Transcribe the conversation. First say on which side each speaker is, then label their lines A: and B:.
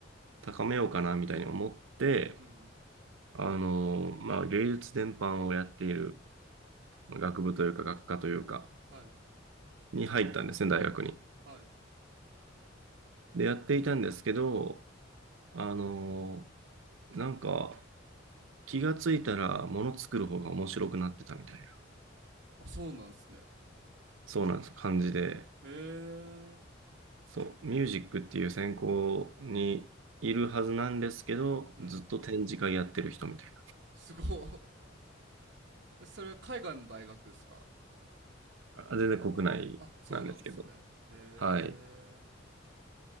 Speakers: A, on the right (about 90°); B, on the right (about 60°).
A: 高めようかなみたいに思って、
B: うんう
A: あの、まあ、芸術全般をやっているまあ学部というか学科というか、
B: ん。はい
A: に入ったんですね、大学に。
B: はい。
A: で、やっていたんですけど、あの、なんか、気がついたら物作る方が面白くなってたみたいな、
B: あ、そうなんですね。
A: そうなんです、感じで、
B: へえ。
A: そう、ミュージックっていう専攻にいるはずなんですけど、
B: うん。
A: ずっと展示会やってる人みたい
B: すごっ。えそれ海外の大学っすか
A: な。あ全然国内なんですけど。
B: あ、そうなんですね。へえ。
A: はい。